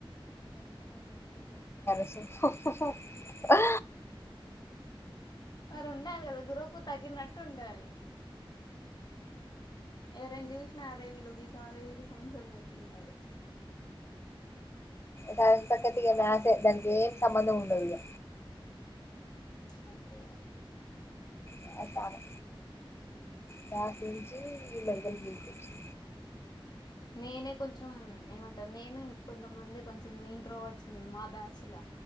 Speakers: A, on the left; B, on the left.
A: హు హు హా
B: మరి ఉండాలి కదా గురువుకు తగినట్టు ఉండాలి. ఎవరైన జూషినా అరె వీల్లు బీకాం, అరె వీల్లు సైన్స్ అన్నట్టుండాలి.
A: దానికి తగట్టు ఇహ దాందే. దానికి ఏం సంబంధం ఉండదు ఇగ.
B: అంతే.
A: ఎహె కాను నాక్ తెలిసి మెడికల్ హెల్త్ వచ్చి
B: నేనే కొంచెం ఏమంటారు నేను ఇంక కొంతమంది కొంచెం ఇంట్రోవర్డ్స్ మేము మా బ్యాచ్ ల